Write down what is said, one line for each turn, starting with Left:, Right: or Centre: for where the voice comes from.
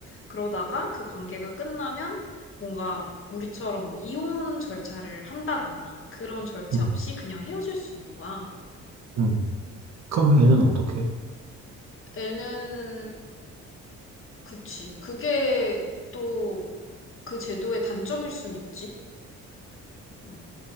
Left: 그러다가 그 관계가 끝나면 뭔가 우리처럼 뭐 이혼 절차를 한다거나 그런 절차
Right: 음,
Left: 없이 그냥 헤어질 수 있는 거야.
Right: 음. 그럼
Left: 어,
Right: 애는 어떻게?
Left: 애는 그치. 그게 또 그 제도의 단점일 순 있지. 음.